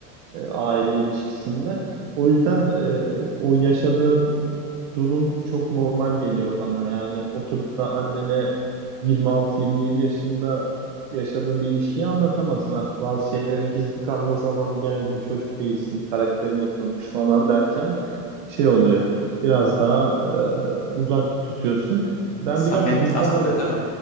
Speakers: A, on the right (about 35°); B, on the left (about 15°).
A: e, aile ilişkisinde. O yüzden e, o yaşadığın durum çok normal geliyor bana. Yani oturup da annene 26-27 yaşında yaşadığın bir ilişkiyi anlatamazsın. Artık bazı şeylerin gizli kalma zamanı geldi. Çocuk değilsin, karakterin oturmuş falan derken şey oluyor. Biraz daha e, uzak tutuyorsun. Ben
B: Samimiyet
A: biraz vicdan
B: azalıyor
A: az,
B: değil mi?